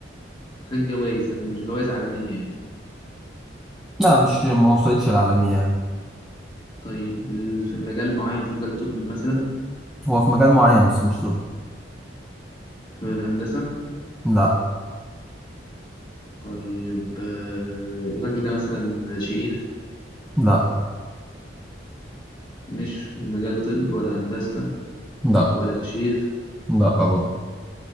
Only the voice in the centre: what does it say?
لا مش ما وصلتش العالمية يعني
هو في مجال معين بس مش طب
لا
لا
لا
لا برضه